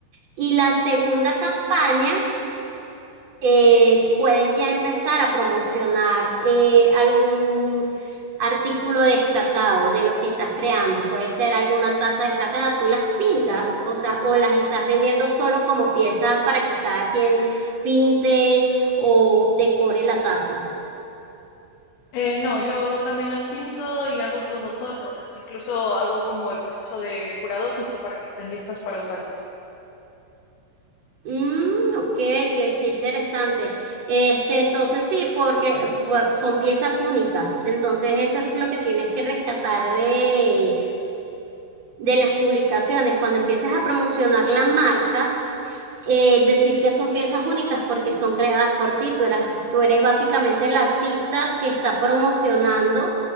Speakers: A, on the right; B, on the left.
A: Y la segunda campaña eh, puedes ya empezar a promocionar eh, algún artículo destacado de los que estás creando. Puede ser alguna taza destacada, tú las pintas, o sea, o las estás vendiendo solo como piezas para que cada quien pinte o decore la taza.
B: Eh, no, yo también las pinto y hago todo, todo el proceso. Incluso hago como el proceso de curado justo para que estén listas para usarse.
A: Mm, ok, qué, qué interesante. Este, entonces sí, porque eh, pu- son piezas únicas. Entonces eso es lo que tienes que rescatar de de las publicaciones, cuando empieces a promocionar la marca, eh, decir que son piezas únicas porque son creadas por ti. Tú eras, tú eres básicamente el artista que está promocionando